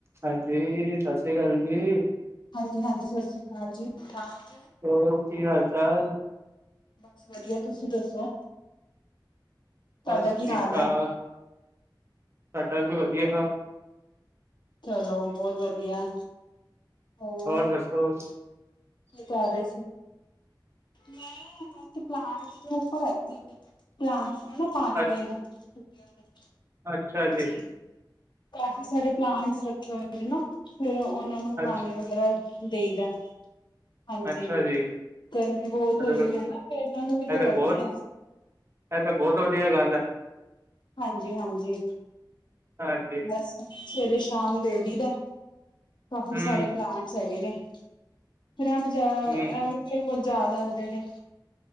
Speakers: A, on the right; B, on the left.
A: ਹਾਂਜੀ ਸਤਿ ਸ੍ਰੀ ਅਕਾਲ ਜੀ।
B: ਹਾਂਜੀ-ਹਾਂਜੀ ਸਤਿ ਸ਼੍ਰੀ ਅਕਾਲ ਜੀ। ਠਾਕ <inaudible>
A: ਹੋਰ ਕੀ ਹਾਲ ਚਾਲ
B: ਬਸ ਵਧੀਆ ਤੁਸੀਂ ਦੱਸੋ। ਤੁਹਾਡਾ
A: ਬਸ
B: ਕੀ
A: ਠੀਕ
B: ਹਾਲ
A: ਠਾਕ
B: ਹੈ?
A: ਸਾਡਾ ਵੀ ਵਧੀਆ
B: ਚਲੋ ਬਹੁਤ ਵਧੀਆ। ਹੋਰ
A: ਦੱਸੋ ਹੋਰ
B: ਕੀ ਕਰ ਰਹੇ ਸੀ। ਮੈਂ <inaudible> ਪਲਟ ਮੈਂ ਉਪਰ ਆਈ ਤੀ ਪਲਾਂਟਸ ਨੂੰ ਨਾ ਪਾਣੀ
A: ਅ
B: ਦੇਨ <inaudible>
A: ਅੱਛਾ
B: ਹਾਂਜੀ
A: ਜੀ
B: ਕਾਫੀ ਸਾਰੇ ਪਲਾਂਟਸ ਰੱਖੇ ਹੋਏ ਨੇ ਨਾ। ਫਿਰ ਉਹਨਾਂ ਨੂੰ
A: ਅ
B: ਪਾਣੀ ਵਗੈਰਾ ਦੇਈ ਦਾ। ਹਾਂਜੀ,
A: ਅੱਛਾ ਜੀ
B: ਗਰਮੀ ਬਹੁਤ
A: ਇਹ
B: ਹੋਈ
A: ਤਾਂ
B: ਹੋਈ ਹੈ ਨਾ, ਫਿਰ ਇਹਨਾਂ ਨੂੰ ਵੀ ਤਾਂ
A: ਇਹ
B: ਲੱਗਦੀ
A: ਬਹੁਤ
B: ਹੈ।
A: ਇਹ ਤਾਂ ਬਹੁਤ ਵਧੀਆ ਗੱਲ ਹੈ।
B: ਹਾਂਜੀ- ਹਾਂਜੀ,
A: ਹਾਂਜੀ
B: ਬਸ। ਸਵੇਰੇ- ਸ਼ਾਮ ਦੇ ਦੀ ਦਾ। ਕਾਫੀ
A: ਹਮ
B: ਸਾਰੇ ਪਲਾਂਟਸ ਹੈਗੇ ਨੇ। ਫਿਰ ਐਮ ਜਾ
A: ਹਮ
B: ਐਵੀ ਜਿਹਾ ਮੁਰਝਾ ਜਾਣਦੇ ਨੇ।